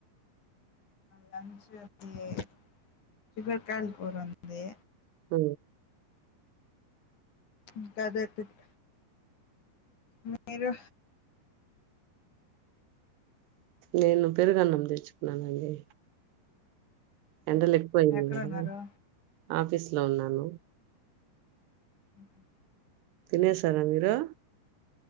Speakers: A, on the left; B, on the right.
A: లంచ అంది చిక్కుడు కాయల కూర ఉంది
B: అ
A: ఇంకా అదే తింట మీరు
B: నేను పెరుగు అన్నం తెచ్చుకున్నాను అండి ఎండలు ఎక్కుఅయింది
A: ఎక్కడున్నారు
B: కదా ఆఫీస్ లో ఉన్నాను
A: మ్మ్
B: తినేసారా మీరు